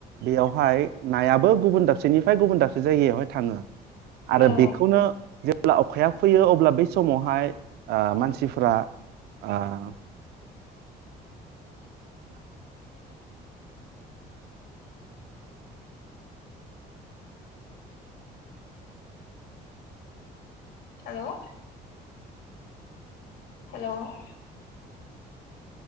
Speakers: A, on the right; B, on the left.
A: बेयावहाय नायाबो गुबुन दाबसेनि फाय गुबुन दाबसे जायगायावहाय थाङो आरो
B: औ
A: बेखौनो जेब्ला अखाया फैयो अब्ला बै समावहाय मानसिफोरा ओम
B: hello hello